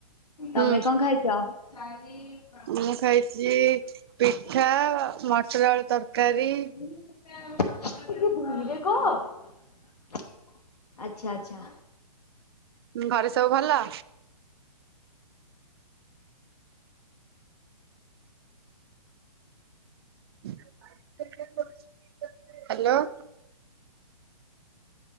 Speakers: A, on the right (about 40°); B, on the left (about 80°).
A: ହୁଁ
B: ତମେ କଣ ଖାଇ କ <unintelligible>
A: ମୁଁ ଖାଇଛି ପିଠା ମଟର ଆଳୁ ତରକାରୀ।
B: <unintelligible> ଆଚଛା ଆଚ୍ଛା।
A: ଘରେ ସବୁ ଭଲ। ହ୍ୟାଲୋ।